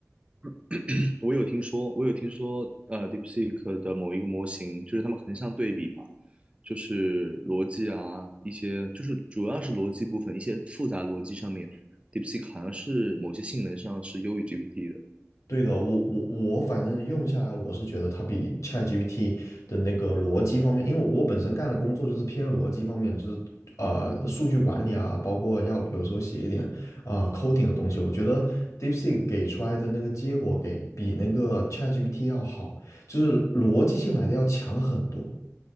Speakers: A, on the right; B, on the left.
A: <clears throat> <coughs> 我有听说，我有听说，呃，DeepSeek 的某一个模型，就是他们横向对比嘛，就是逻辑啊，一些就是主要是逻辑部分，一些复杂逻辑上面，DeepSeek 好像是某些性能上是优于 GPT 的。
B: 对的，我我我反正用下来，我是觉得它比 ChatGPT 的那个逻辑方面，因为我本身干的工作就是偏逻辑方面，就是呃数据管理啊，包括要有时候写一点啊、呃 coding 的东西，我觉得 DeepSeek 给出来的那个结果给比那个 ChatGPT 要好，就是逻辑性来的要强很多。